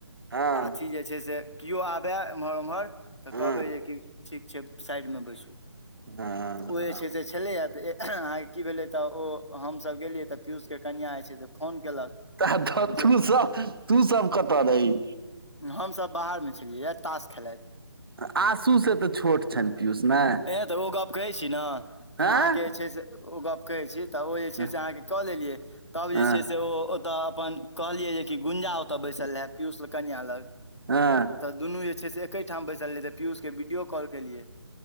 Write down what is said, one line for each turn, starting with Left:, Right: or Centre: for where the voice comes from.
Right: हँ
Left: अथिी जे छै से किओ आबय एम्हर ओम्हर तऽ
Right: हँ
Left: कहबै जे कि ठीक छै साइडमे बैसू
Right: हँ
Left: तऽ ओ जे छै से छलैया तऽ अहाँके की भेलै तऽ ओ हमस गेलियै तऽ पीयूष के कनिया जे छै से फोन केलक
Right: तऽ
Left: जे
Right: तू सब तू सब कतऽ रहहिी
Left: हमसभ बाहरमे छलियै हऽ ताास खेलाथि
Right: आशू से तऽ छोट छनि पीयूष ने
Left: ऐ तऽ ओ गप कहै छी नऽ तऽ
Right: हँ
Left: अहाँके जे छै से ओ गप <unintelligible> ओ जे छैय
Right: हँ
Left: से कय लेलये तब
Right: हँ
Left: ओ जे से अपन कहलिए कि कि गुंजा ओतय बैसल रहे पियूष लग कनिया लग
Right: हँ
Left: तऽ दुनू जे छै से एकेठाम बैसल रहेत पीयूषके वीडियो कॉल केलियै